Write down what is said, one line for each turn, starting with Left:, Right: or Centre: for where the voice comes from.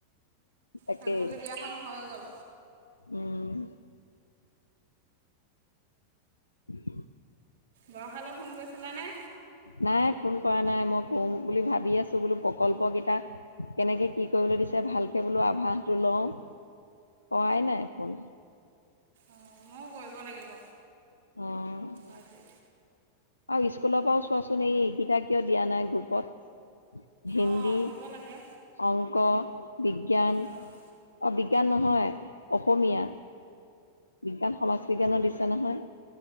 Left: তাকেই।
Right: ভেকুলী বিয়াখন হৈ গ'ল
Left: উম। <unintelligible>
Right: বৰষালৈ ফোন কৰিছিলাঁনে?
Left: নাই ফোন কৰা নাই মই, কওঁ বুলি ভাবি আছোঁ বোলো প্ৰকল্প কেইটা। কেনেকে কি কৰিবলৈ দিছে, ভালকে বোলো আভাসটো লওঁ। কৰাই নাই ফোন।
Right: অ', ময়ো কৰিব লাগিব।
Left: অ'।
Right: আজি
Left: আৰু স্কুলৰ পৰাও চোৱাচোন এই, এইকেইটা কিয় দিয়া নাই গ্ৰুপত। হিন্দী,
Right: অঁ দিব লাগে
Left: অংক। বিজ্ঞান
Right: অঁ
Left: অ', বিজ্ঞান নহয়। অসমীয়া, বিজ্ঞান, সমাজ বিজ্ঞানৰ দিছে নহয়?